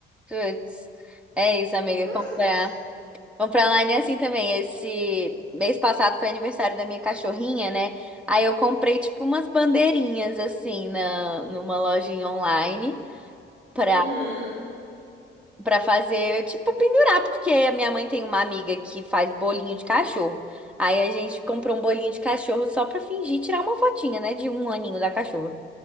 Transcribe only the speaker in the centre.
putz. É isso, amiga,
comprar.
Vamos pra online é assim também. Esse mês passado foi aniversário da minha cachorrinha, né? Aí eu comprei tipo umas bandeirinhas assim na numa lojinha online pra
para fazer, tipo, pendurar, porque a minha mãe tem uma amiga que faz bolinho de cachorro. Aí a gente comprou um bolinho de cachorro só pra fingir tirar uma fotinha, né, de um aninho da cachorra.